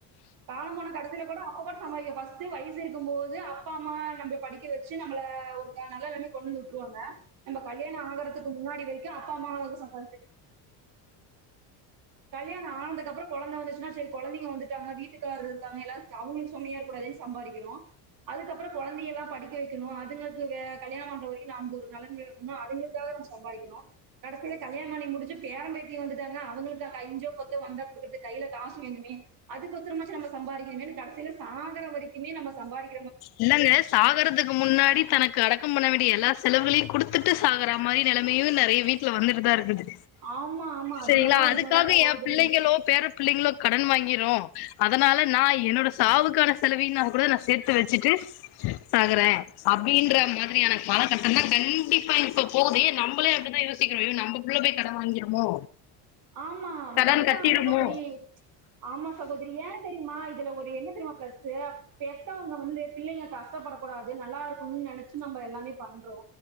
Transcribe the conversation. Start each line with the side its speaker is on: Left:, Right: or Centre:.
Right: காலம்போன கடைசி அப்ப கூட சம்பாதிக்க ஃபஸ்ட் வயசு இருக்கும் போது அப்பா அம்மா நம்மள படிக்க வச்சு நம்மல ஒரு நல்ல நெலமைக்கு கொண்டு வந்து உட்டுருவாங்க நம்ம கல்யாண ஆகறதுக்கு முன்னாடி வரைக்கு அப்பா அம்மா நமக்கு சப் கல்யாண ஆனதுக்கு அப்புற கொழந்த வந்துச்சுன்னா சரி கொழந்தைங்க வந்துட்டாங்க வீட்டுக்காரரு இருக்காங்க எல்லா அவங்களுக்கு சுமையா இருக்க கூடாதுன்னு சம்பாதிக்கறோ அதுக்கப்புற கொழந்தை எல்லாம் படிக்க வக்கணும் அதுங்களுக்கு கல்யணம் பண்ற வரைக்கு நம்ம ஒரு நெலமைல இருக்கனு அதுங்குளுக்காக நம்ம சம்பாதிக்கிறோ கடைசில கல்யாணம் பண்ணி முடிஞ்சு பேரம் பேத்திங்க வந்துட்டாங்க அவங்களுக்கு க அஞ்சோ பத்தோ வந்தா குடுக்குறதுக்கு கையில காசு வேணுமே அதுக்கொசரமாச்சு நம்ம சம்பாதிக்கணுமே கடைசில சாகுற வரைக்குமே நம்ம சம்பாரிக்க
Left: இல்லங்க சாகறதுக்கு முன்னாடி தனக்கு அடக்கம் பண்ண வேண்டிய எல்லா செலவுகளயு குடுத்துட்டு சாகற மாரி நெலைமையு நெறைய வீட்ல வந்துட்டுதா இருக்குது
Right: ஆமா ஆமா அதுவேணா
Left: சரிங்களா அதுக்காக
Right: உண்மதா சகோதரி
Left: என் பிள்ளைங்களோ பேர பிள்ளைங்களோ கடன் வாங்கிறோ அ அதனால நா
Right: ஆமா.
Left: என்னோட சாவுக்கான செலவையுனா கூட நா சேத்து வெச் ச்சட்டு சாகறே அப்டின்ற மாதிரியான காலகட்டதுல கண்டிப்பா இப்போ போகுதே நம்பளே அப்டித்தா யோசிக்கிறோ யோ நம்ம புள்ள போய் கடன் வாங்கிருமோ
Right: ஆமா
Left: கடன்
Right: நெனைப்பாங்க
Left: கட்டிருமோ
Right: சகோதரி ஆமா சகோதரி ஏ தெரியுமா இதுல ஒரு என்ன தெரியமா பிளஸ் பெத்தவங்க வந்து பிள்ளைங்க கஷ்டப்படக்கூடாது நல்லாருக்கும்னு நீனைச்சு நம்ம எல்லாமே பண்றோ